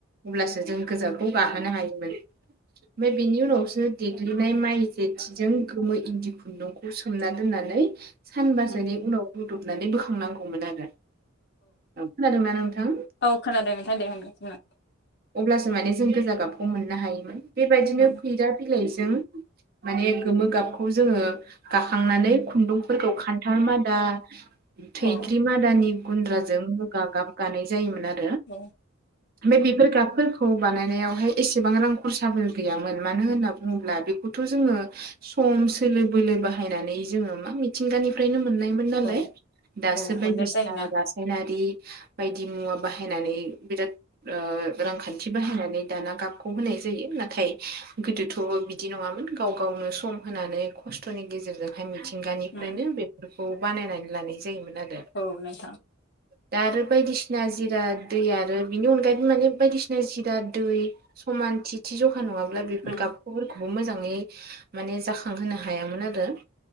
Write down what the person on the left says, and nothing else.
उम
औ खोनादों नोंथां दे होनगासिनो
उम
औ
औ
औ
औ
मोननाय जायोना
उम
औ नोंथां
उम